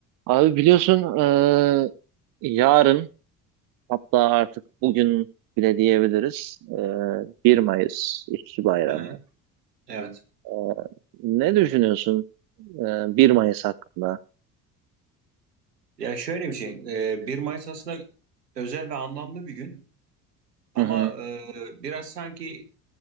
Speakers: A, on the right (about 45°); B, on the right (about 80°).
A: Abi biliyorsun eee, yarın hatta artık bugün bile diyebiliriz. Eee 1 Mayıs İşçi Bayramı.
B: Hı hı, Evet.
A: Eee, ne düşünüyorsun eee, 1 Mayıs hakkında?
B: Ya şöyle bir şey, e, 1 Mayıs aslında özel ve anlamlı bir gün ama
A: Hı hı.
B: e, biraz sanki